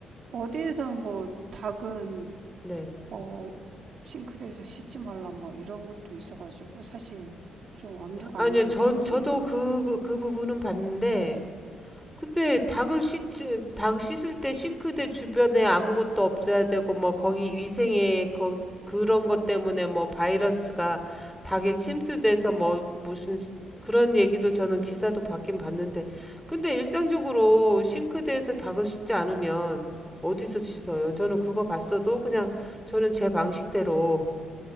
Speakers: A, on the right; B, in the centre.
A: 어디에서 뭐 닭은
B: 네.
A: 뭐 싱크대에서 씻지 말라 뭐 이런 것도 있어가지고 사실 좀 엄두가
B: 아니요,
A: 안 나긴
B: 저,
A: 했거든요.
B: 저도 그, 그 부분은 봤는데, 근데 닭을 씻지, 닭 씻을 때 싱크대 주변에 아무것도 없어야 되고, 뭐, 거기 위생에, 거, 그런 것 때문에 뭐, 바이러스가 닭에 침투돼서 뭐, 무슨, 시- 그런 얘기도 저는 기사도 봤긴 봤는데, 근데 일상적으로 싱크대에서 닭을 씻지 않으면 어디서 씻어요? 저는 그거 봤어도 그냥 저는 제 방식대로